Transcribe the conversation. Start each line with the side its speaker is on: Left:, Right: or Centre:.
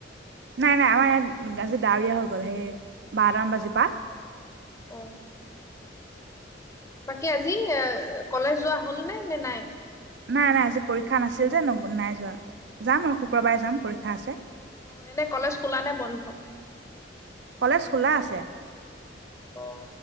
Right: নাই নাই আমাৰ ইয়াত আজি ডাৱৰীয়া হৈ গল সেই বাৰট মান বাজিৰ পা
Left: অ বাকী আজি এ কলেজ যোৱা হ'ল নে নে নাই
Right: নাই নাই আজি পৰীক্ষা নাছিল যে ন নাই যোৱা যাম আৰু শুক্ৰবাৰে যাম পৰীক্ষা আছে
Left: অ এনে কলেজ খোলা নে বন্ধ
Right: কলেজ খোলা আছে
Left: অ